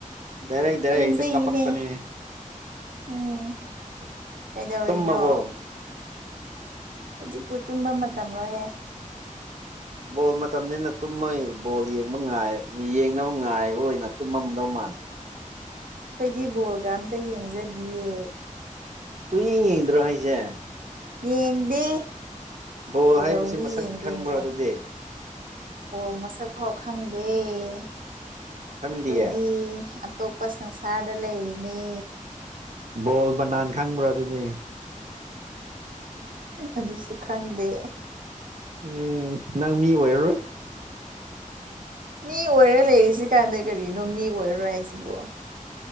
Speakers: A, on the right; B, on the right.
A: ꯗꯥꯏꯔꯦꯛ ꯗꯥꯢꯔꯦꯛ
B: ꯈꯪꯖꯩꯅꯦ
A: ꯍꯦꯛꯇ ꯀꯥꯞꯄꯛꯄꯅꯦ
B: ꯎꯝ ꯀꯩꯗꯧꯔꯤꯅꯣ
A: ꯇꯨꯝꯃꯕꯣ
B: ꯍꯧꯖꯤꯛꯄꯨ ꯇꯨꯝꯕ ꯃꯇꯝ ꯂꯣꯍꯦ
A: ꯕꯣꯜ ꯃꯇꯝꯅꯤꯅ ꯇꯨꯝꯃ ꯕꯣꯜ ꯌꯦꯡꯕ ꯉꯥꯏ ꯌꯦꯡꯅꯕ ꯉꯥꯏꯕ ꯑꯣꯏꯅ ꯇꯨꯝꯃꯝꯗꯧ ꯃꯥꯜꯂꯦ
B: ꯑꯩꯈꯣꯏꯗꯤ ꯕꯣꯜꯒ ꯑꯝꯇ ꯌꯦꯡꯖꯗꯤꯌꯦ
A: ꯁꯨꯡꯌꯦꯡ ꯌꯦꯡꯗ꯭ꯔꯣ ꯍꯥꯏꯁꯦ
B: ꯌꯦꯡꯗꯦ
A: ꯕꯣꯜ
B: ꯀꯩꯗꯧꯕꯒꯤ
A: ꯍꯥꯏꯕꯁꯤ ꯃꯁꯛꯇꯤ
B: ꯌꯦꯡꯗꯣꯏꯅꯣ
A: ꯈꯪꯕ꯭ꯔꯣ ꯑꯗꯨꯗꯤ
B: ꯕꯣꯜ ꯃꯁꯛ ꯐꯥꯎ ꯈꯪꯗꯦ ꯑꯩꯈꯣꯏꯗꯤ
A: ꯈꯪꯗꯤꯌꯦ
B: ꯑꯇꯣꯞ ꯄ ꯁꯪꯁꯥꯔꯗ ꯂꯩꯔꯤꯅꯦ
A: ꯕꯣꯜ ꯕꯅꯥꯟ ꯈꯪꯕ꯭ꯔꯥ ꯑꯗꯨꯗꯤ
B: ꯑꯗꯨꯁꯨ ꯈꯪꯗꯦ
A: ꯑꯦ ꯅꯪ ꯃꯤ ꯑꯣꯏꯔꯔꯣꯏ
B: ꯃꯤ ꯑꯣꯏꯔ ꯂꯩꯔꯤꯁꯤ ꯀꯥꯟꯗ ꯀꯔꯤꯅꯣ ꯃꯤ ꯑꯣꯏꯔꯔꯣꯏ ꯍꯥꯏꯁꯤꯕꯣ